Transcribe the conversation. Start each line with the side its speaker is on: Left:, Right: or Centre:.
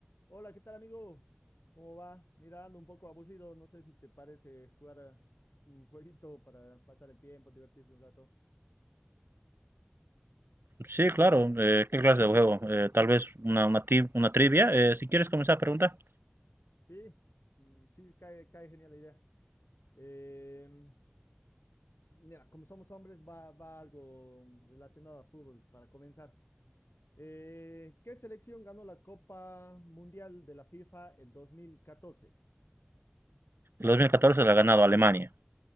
Left: Hola, ¿qué tal, amigo? ¿Cómo va? Mirando un poco aburrido, no sé si te parece jugar a un jueguito para pasar el tiempo, divertirse un rato.
Right: Sí, claro. eh, ¿qué clase de juego? Eh, tal vez una, una, ti- una trivia. Eh, si quieres comenzar a preguntar.
Left: Sí, mm, sí, cae, cae genial la idea. Em, mira, como somos hombres, va, va algo relacionado a fútbol para comenzar. Eh, ¿qué selección ganó la Copa Mundial de la FIFA el 2014?
Right: El 2014 la ha ganado Alemania.